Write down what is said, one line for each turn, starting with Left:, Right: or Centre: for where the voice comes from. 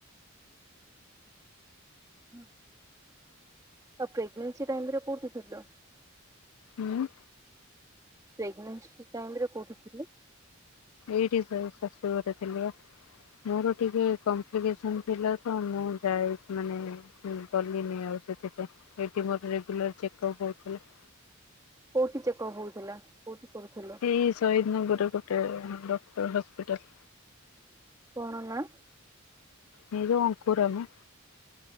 Right: ହଁ ଆଉ ପ୍ରେଗ୍ନେନ୍ସି ଟାଇମରେ କୋଉଠି ଥିଲ?
Left: ହୁଁ
Right: ପ୍ରେଗନେନ୍ସି ଟାଇମରେ କୋଉଠି ଥିଲେ?
Left: ଏଇଠି ଶ ଶାଶୁ ଘରେ ଥିଲି। ମୋର ଟିକେ କପ୍ଲିକେସନ ଥିଲା ତ ମୁଁ ଯାଇ ମାନେ ମୁଁ ଗଲିନି ଆଉ ସେଥିପାଇଁ ଏଇଠି ମୋର ରେଗୁଲାର ଚେକ‌ଅପ୍ ହୋଉଥିଲା।
Right: କୋଉଠି ଚେକଅପ୍ ହୋଉଥିଲା କୋଉଠି କରୁଥିଲ?
Left: ଏଇ ଶହୀଦ ନଗରରେ ଗୋଟେ ଡକ୍ଟର ହସ୍ପିଟାଲ।
Right: କଣ ନା?
Left: ଏଇ ଯୋଉ ଅଙ୍କୁରାମ।